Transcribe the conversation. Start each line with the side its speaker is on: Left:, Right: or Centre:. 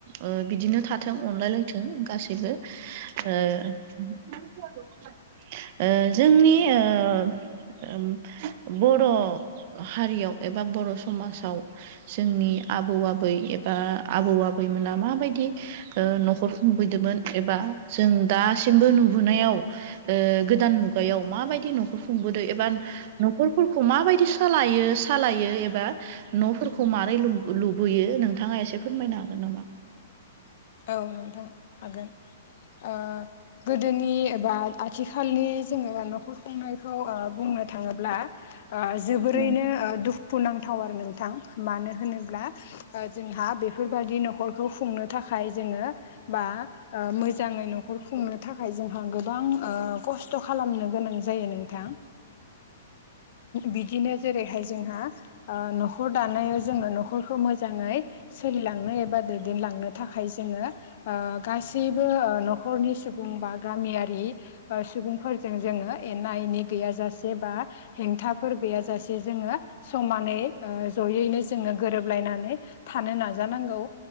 Right: ओ बिदिनो थाथों अनलायलायथों गासैबो ओ ओ जोंनि ओ बर' हारियाव एबा बर' समाजाव जोंनि आबौ आबै एबा आबौ आबैमोना माबायदि ओ न'खर खुंबोदोंमोन एबा जों दासिमबो नुुबोनायाव गोदान मुगायाव माबायदि न'खर खुंबोदों एबा नखरफोरखौ माबायदि सालायो सालायो एबा न'फोरखौ मारै लुबैयो नोंथाङा एसे फोरमायनो हागोन नामा
Left: औ नोंथां हागोन ओ गोदोनि एबा आथिखालनि जोङो न'खर खुंनायखौ ओ बुंनो थाङोब्ला ओ जोबोरैनो
Right: औ
Left: ओ दुखु नांथाव आरो नोंथां मानो होनोब्ला जोंहा बेफोरबायदि न'खरखौ खुंनो थाखाय जोङो बा ओ मोजाङै न'खर खुंनो थाखाय जोंहा गोबां खस्थ' खालामनो गोनां जायो नों नोंथां बिदिनो जेरैहाय जोंहा ओ न'खर दानायाव जोङो न'खरखौ मोजाङै सोलिलांनो एबा दैदेनलांनो थाखाय जोङो ओ गासैबो न'खरनि सुबुं बा गामियारि सुबुंफोरजों जोङो एना एनि गैयाजासे बा हेंथाफोर गैयाजासे जोङो समानै ओ जयैनो जोङो गोरोबलायनानै थानो नाजानांगौ।